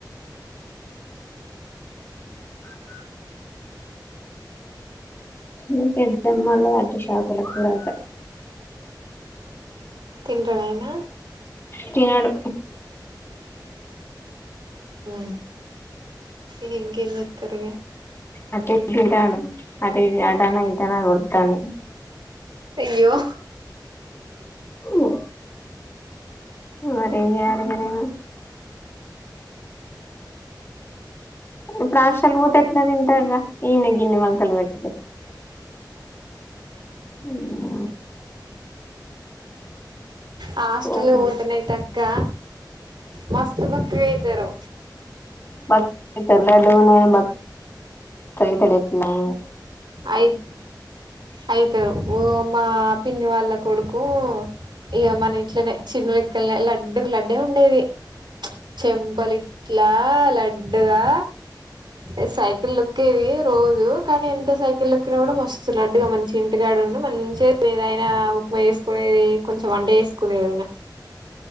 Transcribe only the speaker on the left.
మ్ ఈ పెద్దమ్మొల్లది అటు చాపల కూరట.
తినడు.
అట్ ఇట్ తింటాండు అటు ఇటు అదన్న ఇదన్న అద్ ఒడుత్తాంది.
ఓ మరేం చేయాలిగ నేను ఇప్పుడ్ హాస్టల్క్ పోతే ఎట్లా తింటడ్రా ఈడ్నే గిన్ని వంకల్ పెడ్తే ఏమో
కోపం
బక్క అయితరు లడ్డుగున్న అయిన బక్ అయితడు ఎట్లైన